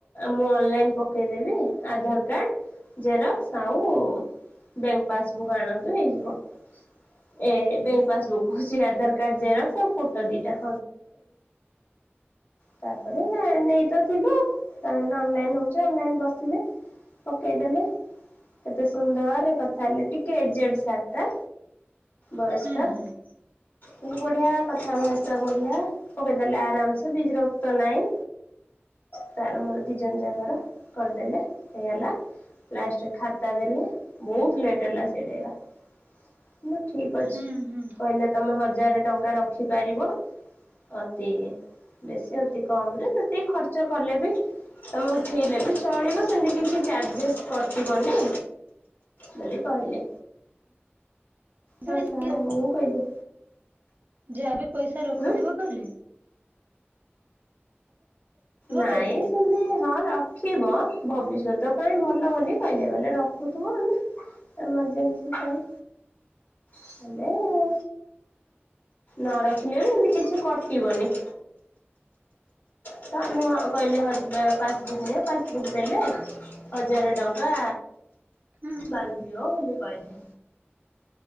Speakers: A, on the left; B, on the right.
A: ମୁଁ ଅନଲାଇନ୍ ପକେଇଦେବି ଆଧାର କାର୍ଡ ଜେର ସାଉ ବ୍ୟାଙ୍କ ପାସବୁକ୍ ଆଣନ୍ତୁ ହେଇଯିବ। ଏ ବ୍ୟାଙ୍କ ପାସବୁକ୍ କହୁଛି ଆଧାର କାର୍ଡ ଜେରକ୍ସ ଆଉ ଫୋଟୋ ଦିଟା। ତାପରେ ନେଇ ତ ଥିଲୁ ତାହେଲେ ଅନଲାଇନ୍ ହଉଛି ଅନଲାଇନ୍ ବସିଲେ। ପକେଇଦେଲେ। କେତେ ସୁନ୍ଦର ରେ କଥା ହେଲେ, ଟିକେ ଏଜେଡ୍ ସାର୍ ଟା ବୟସ୍କ।
B: ହୁଁ ହୁଁ
A: ତମେ ବଢିଆ କଥା ଭାଷା ବଢିଆ। ପକେଇଦେଲେ ଆରାମସେ, ବୀଜୀ ରକ୍ତ ନାଇଁ। ତାର ମୋର ଦି ଜଣ ଯାଗର କରିଦେଲେ, ହେଇଗଲା। ଲାଷ୍ଟ ଖାତ୍ ତା ଦେଲେ, ବହୁତ ଲେଟ୍ ହେଲା ସେଇଟେ ଏଗା। ହେଲେ ଠିକ୍ ଅଛି।
B: ହୁଁ ହୁଁ
A: କହିଲେ ତମେ ହଜାରେ ଟଙ୍କା ରଖିପାରିବ। ଅତି-ଇ ବେଶୀ ଅତି କମ୍ ରେ, ସେତିକି ଖର୍ଚ୍ଚ କଲେ ବି ତମେ ଉଠେଇଲେ ବି ଚଳିବ ସେମିତି କିଛି ଚାର୍ଜେସ୍ କଟିବନି। ବୋଲି କହିଲେ।
B: କିନ୍ତୁ
A: ହଉ, ସାର୍ ହଉ କହିଲି।
B: ଯାହାବି ପଇସା ରଖୁଥିବ
A: ହୁଁ।
B: କହିଲେ?
A: ନାଇଁ
B: କହିଲେ
A: ହେମତି ହଁ, ରଖିବ। ଭବିଷ୍ୟତ ପାଇଁ ଭଲ ବୋଲି କହିଲେ, କହିଲେ ରଖୁଥୁବ ମାନେ ଏମର୍ଜେନ୍ସି ପାଇଁ ହେଲେ-ଏ ନରଖିଲେ ବି ହେମତି କିଛି କଟିବନି। ତ ଆମେ ହଁ, କହିଲେ ହ ପାସବୁକ୍ ନିଅ ପାସବୁକ୍ ଦେଲେ। ହଜାରେ ଟଙ୍କା
B: ହୁଁ
A: ବାନ୍ଧିବ ବୋଲି କହିଲେ।